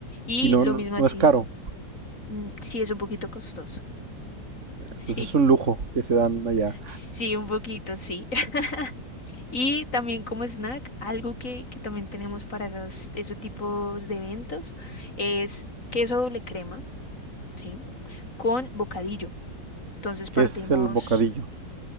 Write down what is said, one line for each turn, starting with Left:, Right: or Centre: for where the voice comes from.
Left: Y
Right: Y no,
Left: lo
Right: no,
Left: mismo
Right: no
Left: así,
Right: es caro.
Left: mm, sí es un poquito costoso. <laughs>
Right: Entonces
Left: Sí,
Right: es un lujo que se dan allá.
Left: sí, un poquito, sí. <laughs> Y también como snack, algo que, que también tenemos para esas, esos tipos de eventos es queso doble crema, ¿sí? Con bocadillo. Entonces
Right: ¿Qué
Left: partimos,
Right: es el bocadillo?